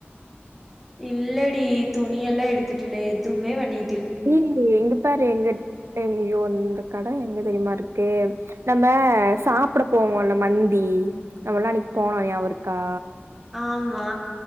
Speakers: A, in the centre; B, on the right (about 75°).
A: இல்லடி துணியெல்லாம் எடுத்துட்டு இல்ல எதுவுமே வண்ணி
B: ம்பு எங்க பாரு எங்க எங்கியோ இந்த கட எங்க தெரியுமா இருக்கு நம்ம சாப்பட போவோல்ல மந்தி நம்மல்லா அன்னிக்கு போனோம் ஞாபகருக்கா
A: ஆமா